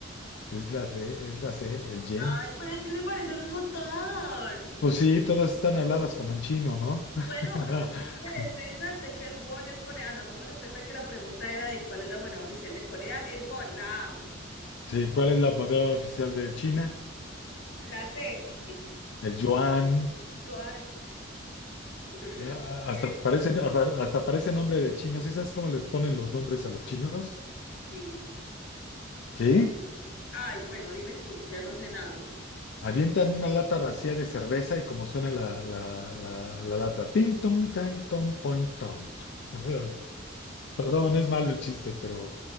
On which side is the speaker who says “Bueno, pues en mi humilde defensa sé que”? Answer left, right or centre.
Left